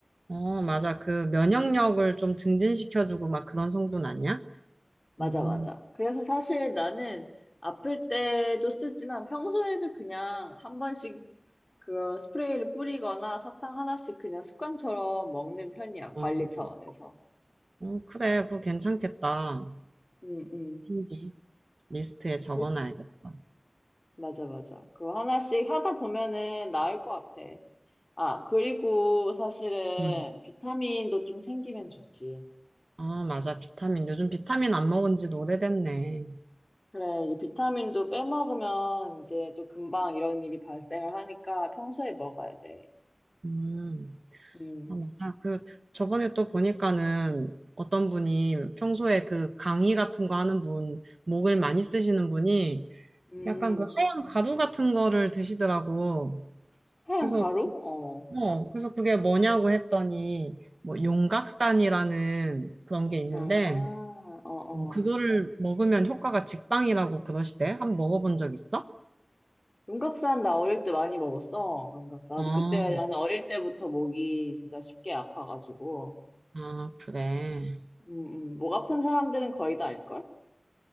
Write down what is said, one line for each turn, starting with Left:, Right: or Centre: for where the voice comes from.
Right: 어, 맞아. 그 면역력을 좀 증진시켜주고 막 그런 성분 아니야?
Left: 맞아,
Right: 음,
Left: 맞아. 그래서 사실 나는 아플 때도 쓰지만 평소에도 그냥 한 번씩 그 스프레이를 뿌리거나 사탕 하나씩 그냥 습관처럼 먹는 편이야. 관리
Right: 어, 어,
Left: 차원에서.
Right: 어, 그래, 그거 괜찮겠다.
Left: 응, 응.
Right: 캔디 리스트에 적어놔야겠어.
Left: 그- 맞아, 맞아. 그거 하나씩 하다 보면은 나을 것 같아. 아, 그리고 사실은
Right: 응.
Left: 비타민도 좀 챙기면 좋지.
Right: 아, 맞아. 비타민. 요즘 비타민 안 먹은 지도 오래됐네.
Left: 그래, 이 비타민도 빼먹으면 이제 또 금방 이런 일이 발생을 하니까 평소에 먹어야 돼.
Right: 음,
Left: 음,
Right: 아, 맞아. 그, 저번에 또 보니까는 어떤 분이 평소에 그 강의 같은 거 하는 분, 목을 많이 쓰시는 분이
Left: 음,
Right: 약간 그 하얀 가루 같은 거를 드시더라고.
Left: 하얀
Right: 그래서,
Left: 가루? 어.
Right: 어, 그래서 그게 뭐냐고 했더니, 뭐, 용각산이라는 그런 게 있는데,
Left: 아, 어, 어.
Right: 어, 그거를 먹으면 효과가 직방이라고 그러시대. 한번 먹어본 적 있어?
Left: 용각산 나 어릴 때 많이 먹었어. 용각산. 나도
Right: 어,
Left: 그때 나는 어릴 때부터 목이 진짜 쉽게 아파가지고.
Right: 아, 그래.
Left: 음, 음. 목 아픈 사람들은 거의 다 알걸?